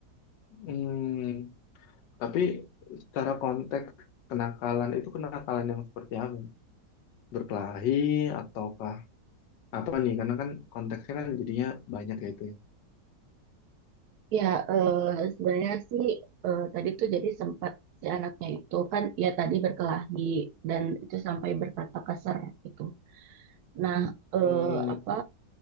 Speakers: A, on the left; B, on the right.
A: Mm. Tapi secara konteks kenakalan itu kenakalan yang seperti apa? Berkelahi ataukah apa nih? Karena kan konteksnya kan jadinya banyak ya itu ya.
B: Ya, eh, sebenarnya sih eh, tadi tuh jadi sempat si anaknya itu kan ya tadi berkelahi dan itu sampai berkata kasar gitu. Nah, eh,
A: Hmm,
B: apa?